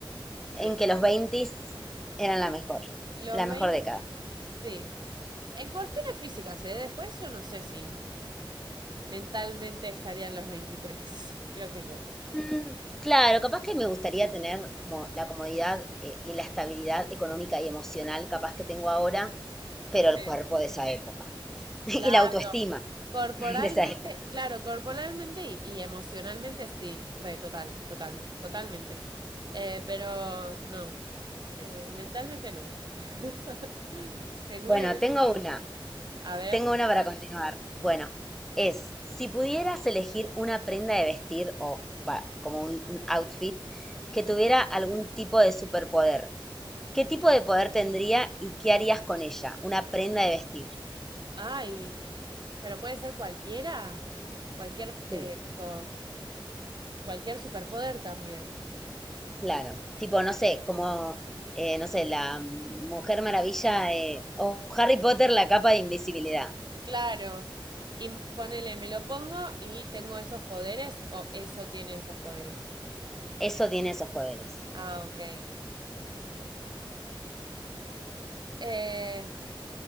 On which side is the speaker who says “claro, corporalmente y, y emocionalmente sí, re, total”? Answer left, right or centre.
Right